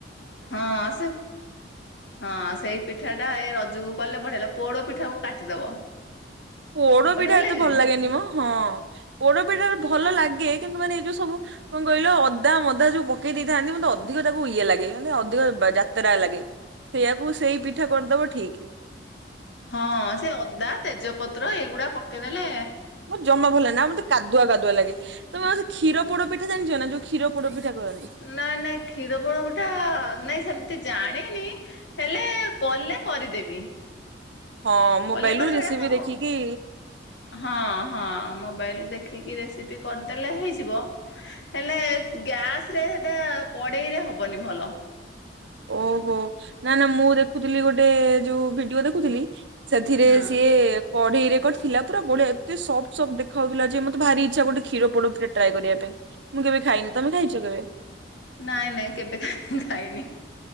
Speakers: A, on the left; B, on the right.
A: ହଁ ସେ ହଁ ସେଇ ପିଠା ଟା ଏ ରଜକୁ କଲେ ବଢିଲା ପୋଡ ପିଠା କୁ କାଟିଦବ।
B: ପୋଡ
A: ବଢିଆ
B: ପିଠା ଏତେ
A: ଲାଗିବନି
B: ଭଲ ଲାଗେନି
A: ସେ ପିଠା?
B: ମୋ ହଁ ପୋଡ ପିଠା ଭଲ ଲାଗେ କିନ୍ତୁ ମାନେ ଏଇ ଯୋଉ ସବୁ କଣ କହିଲ ଅଦା ମଦା ଯୋଉ ପକେଇ ଦେଇଥାନ୍ତି ମୋତେ ଅଧିକ ତାକୁ ଇଏ ଲାଗେ ଅଧିକ ଯାତ୍ରା ଲାଗେ। ସେଇଆକୁ ସେଇ ପିଠା କରିଦବ ଠିକ।
A: ହଁ ସେ ଅଦା ତେଜପତ୍ର ଏଗୁଡା ପକେଇଦେଲେ
B: ମୋ ଜମା ଭଲ ନା ମତେ କାଦୁଆ କାଦୁଆ ଲାଗେ। ତମେ ମାଉସୀ କ୍ଷୀର ପୋଡ଼ ପିଠା ଜାଣିଛ ନା ଯୋଉ କ୍ଷୀର ପୋଡ଼ ପିଠା କରନ୍ତି?
A: ନା ନା କ୍ଷୀର ପୋଡ଼ାପିଠା ନାଇଁ ସେମିତି ଜାଣିନି ହେଲେ କଲେ କରିଦେବି।
B: ହଁ ମୋବାଇଲ
A: କଲେ କରିଦେବି
B: ରୁ ରେସିପି
A: ହେଟା ତ
B: ଦେଖିକି
A: ହଁ ହଁ ମୋବାଇଲ ଦେଖିକି ରେସିପି କରିଦେଲେ ହେଇଯିବ। ହେଲେ ଗ୍ୟାସ ରେ ସେଟା କଡେଇ ରେ ହବନି ଭଲ।
B: ଓହୋ ନା ନା ମୁଁ ଦେଖୁଥିଲି ଗୋଟେ ଯୋଉ ଭିଡିଓ ଦେଖୁଥିଲି ସେଥିରେ
A: ହଁ
B: ସିଏ କଢେଇ ରେ କରିଥିଲା ବଢିଆ ଏତେ ସପ୍ତ ସପ୍ତ ଦେଖାଉଥିଲା ଯେ ମତେ ଭାର ଇଚ୍ଛା ଗୋଟେ୍ ଷୀର ପୋଡ଼ ପିଠା ଟ୍ରାଏ କରିବା ପାଇଁ। ମୁଁ କେବେ ଖାଇନି ତମେ ଖାଇଛ କେବେ?
A: ନାଇଁ ନାଇଁ କେବେ ଖାଇନି।